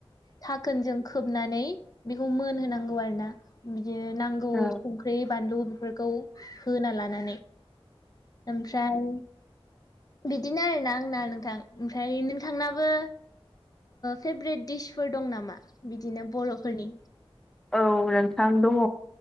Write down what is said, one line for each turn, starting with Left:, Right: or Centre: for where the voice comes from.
Left: घाखोनजों खोबनानै बेखौ मोनहोनांगौ आरो ना बिदि नांगौ
Centre: औ
Left: संख्रि बानलु बेफोरखौ होना लानानै ओमफ्राय बिदिनो आरोना आंना नोंथां ओमफ्राय नोंथांनाबो फेभरेट डिसफोर दं नामा बिदिनो बर'फोरनि
Centre: औ नोंथां दङ